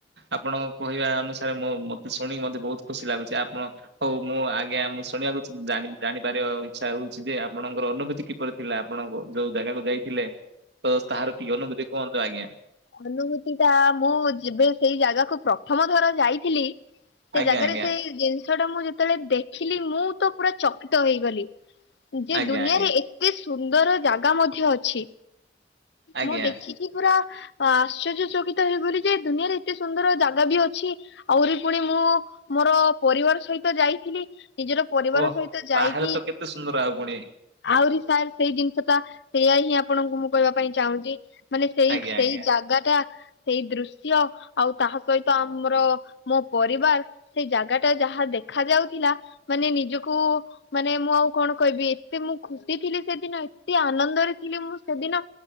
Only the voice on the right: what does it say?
ଆପଣଙ୍କ କହିବା ଅନୁସା ରେ ମୋ ମତେ ଶୁଣିକି ମତେ ବହୁତ ଖୁସି ଲାଗୁଚି ଆପଣ ହଉ ମୁଁ ଆଜ୍ଞା ମୁଁ ଶୁଣିବାକୁ ଜାନି ଜାଣିପାରେ। ତ ଇଛା ହଉଚି ଯେ ଆପଣଙ୍କର ଅନୁଭୂତି କିପରି ଥିଲା ଆପଣଙ୍କ ଯୋଉ ଜାଗାକୁ ଯାଇଥିଲେ। ତ ସ୍ତାହାର ଟିଅନ କୁ ଦେ କହନ୍ତୁ ଆଜ୍ଞା।
ଆଜ୍ଞା
ଆଜ୍ଞା
ଆଜ୍ଞା
ଆଜ୍ଞା
ଆଜ୍ଞା
ଓହ
ତାହେଲେ ତ କେତେ ସୁନ୍ଦର ଆଉ ପୁଣି
ଆଜ୍ଞା
ଆଜ୍ଞା